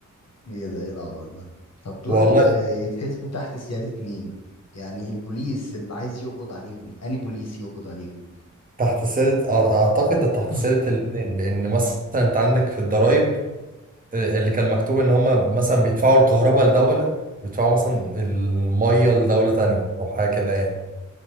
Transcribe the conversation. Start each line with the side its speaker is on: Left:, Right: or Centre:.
Left: ايه ده ايه العبط ده طب دول
Right: والله
Left: آه، يتحسبوا تحت سيادة مين يعني البوليس اللي عايز يقبض عليهم اني بوليس يقبض عليهم
Right: تحت سيادة أع- اعتقد ده تحت
Left: <laughs>
Right: سيادة الاتنين لان مثلا انت عندك في الضرايب آه، اللي كان مكتوب ان هم مثلا بيدفعوا الكهرباء لدولة بيدفعوا مثلا المية لدولة تانية او حاجة كده يعني